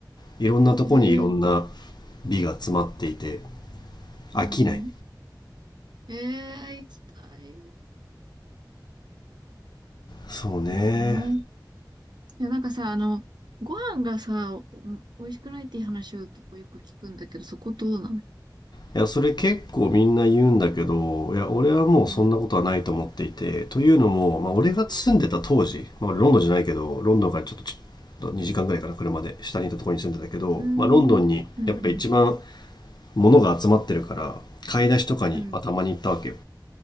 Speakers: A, on the left; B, on the right.
A: いろんなとこにいろんな
B: へえ。
A: 美が詰まっていて飽きない
B: うん。うん。へえ、行きたい。
A: そうね
B: なるほどね。いや、なんかさ、あの、ご飯がさ、お美味しくないっていう話を結構よく聞くんだけど、そこどうなの
A: いや、それ結構みんな言うんだけど、いや、俺はもうそんなことはないと思っていて、
B: うん。
A: というのも、まあ、俺が住んでた当時、
B: おー
A: まあ、俺ロンドンじゃないけど、ロンドンからちょっと、ちょっと2時間ぐらいかな、車で下にいたところに住んでたけど、
B: うーん。
A: まあ、ロンドンにやっぱ一番
B: うん、うん、
A: 物が集まってるから、買い出しとかに、
B: うん、
A: まあ、
B: うん、
A: たまに行ったわけよ。